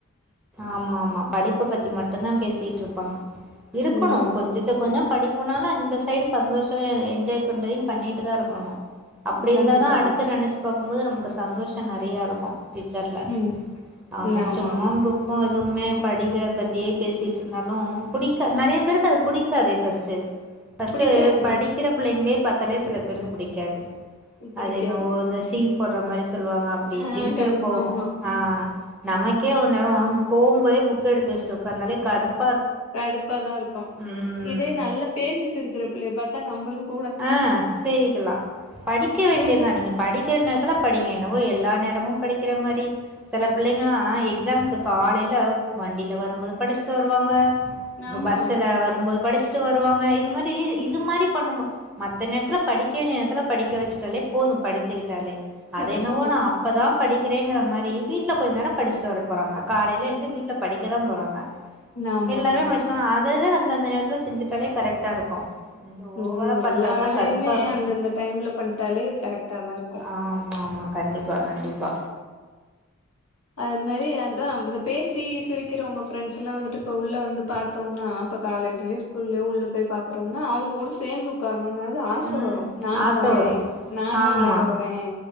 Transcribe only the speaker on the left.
ம் ஆமா
கண்டிப்பா
கண்டிப்பா
ம்
ஆமா
ஆமா
புடிக்காதுதா
புடிக்காது
ஆ
கண்
ஆமா
கடுப்பாதான் இருக்கும்
இதே நல்லா பேசி சிரிக்கற பிள்ளைய பாத்தா நம்பளும்
சேந்து உக்
ஆமா
கரெக்ட்
தா
ஆமா
ஆமா
ம்
எல்லா வேலயுமே
அந்தந்த டைம்ல பண்ட்டாலே கரெக்டா தான் இருக்கும்
அது மாரி அதான் இந்த பேசி சிரிக்கறவங்க ஃப்ரெண்ட்ஸ் எல்லாம் வந்ட்டு இப்ப உள்ள வந்து பாத்தோம்னா இப்ப காலேஜ்லயோ ஸ்கூல்லயோ உள்ள போய் பாக்கறோம்னா அவுங்க கூட சேந்து உக்காரணுனாது ஆச
வரும் நானும்
வரேன்
நானும்
விளாட வரேன்